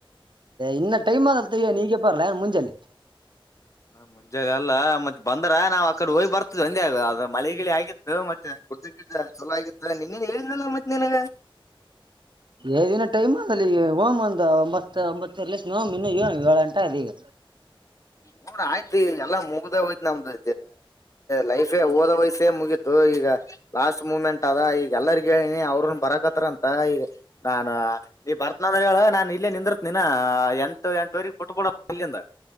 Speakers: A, on the right; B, on the left.
A: ಇನ್ನ ಟೈಮ ಅ ಆದಲ್ಲ ತಯ್ಯ ನೀಗೆ ಬರ್ಲನ್ ಮುಂಜಾಲೆ
B: ಮುಂಜಾನೆ ಅಲ್ಲ ಮತ್ ಬಂದ್ರ ನಾವ್ ಆಕಡೆ ಹೋಗಿ ಬರ್ತದ್ವಿ ಅಂದೇ ಮಳಿ ಗಿಳ ಆಗಿತ್ತು ಮತ್ತೆ ಚುಲೋ ಆಗಿತ್ತ ನಿನ್ನೇನ ಹೇಳಿದ್ವಲ್ಲ ಮತ್ ನಿನಗ
A: ಏದಿನ ಟೈಮ್ ಅದಲ್ಲಿ ಈ ಹೋಗಮ್ ಒಂದ ಒಂಬತ್ತ ಒಂಬತ್ತುವರಿಷಮ್ ಹೋಗಮ್ ಇನ್ನು ಇ ಏಳು ಗಂಟೆ ಆಗೆದ ಈಗ
B: ನೋಡ ಆಯ್ತ್ ಎಲ್ಲಾ ಮುಗ್ದ ಹೋಯ್ತ್ ನಮ್ದು ಲೈಫೇ ಓದಯ್ತ ಮುಗೀತು ಈಗ ಲಾಸ್ಟ್ ಮೂಮೆಂಟ್ ಅದ ಈಗ ಎಲ್ಲರಿಗ ಹೇಳಿನಿ ಅವ್ರನ್ ಬರಕತ್ತ ಅಂತ ಈಗ ನಾ ನೀ ಬರ್ತನಂದ್ರ ಹೇಳ ನಾನ್ ಇಲ್ಲೇ ನಿಂದಿತ್ ನೀ ಎಂಟು ಎಂಟುವರೆಗ್ ಬಿಟ್ಬಿಡ ಅಲ್ಲಿಂದ